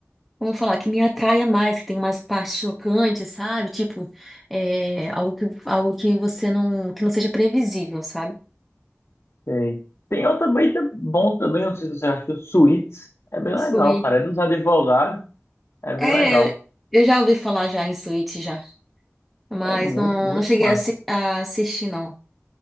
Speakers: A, in the centre; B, on the left.
A: vamos falar, que me atraia mais, que tem umas partes chocantes, sabe? Tipo, é, algo que, algo que você não, que não seja previsível, sabe?
B: Tem, tem outro também tá bom também, não sei se você achou, Suits. É bem
A: Suíte.
B: legal, cara. É dos advogados, é bem
A: É,
B: legal.
A: eu eu já ouvi falar já em suíte já, mas
B: É muito,
A: não,
B: muito
A: não cheguei
B: massa.
A: a, assi- a assistir, não.